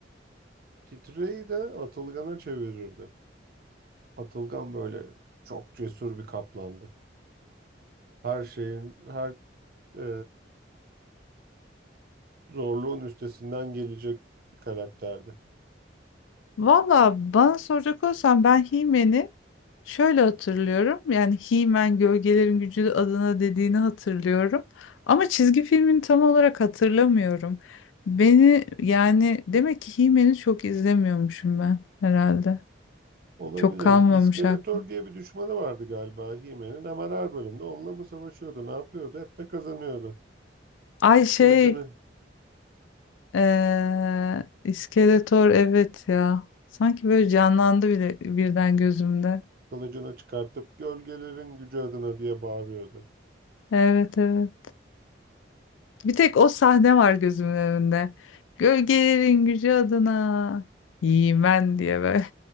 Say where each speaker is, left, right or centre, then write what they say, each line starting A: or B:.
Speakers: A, on the right; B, on the left.
A: Titreyi de Atılgan'a çevirirdi. Atılgan böyle çok cesur bir kaplandı. Her şeyin, her e, zorluğun üstesinden gelecek bir karakterdi.
B: Valla bana soracak olsan ben He-Man'i şöyle hatırlıyorum. Yani He-Man Gölgelerin Gücü adına dediğini hatırlıyorum. Ama çizgi filmini tam olarak hatırlamıyorum. Beni yani demek ki He-Man'i çok izlemiyormuşum ben herhalde.
A: Olabilir.
B: Çok kalmamış
A: İskeletor
B: aklım.
A: diye bir düşmanı vardı galiba He-Man'in. Hemen her bölümde onunla mı savaşıyordu, ne yapıyordu? Hep de kazanıyordu.
B: Ay şey
A: Kılıcını,
B: eee İskeletor evet ya. Sanki böyle canlandı bile birden gözümde.
A: kılıcını çıkartıp gölgelerin gücü adına diye bağırıyordu.
B: Evet evet. Bir tek o sahne var gözümün önünde. Gölgelerin gücü adına. Yemen diye böyle.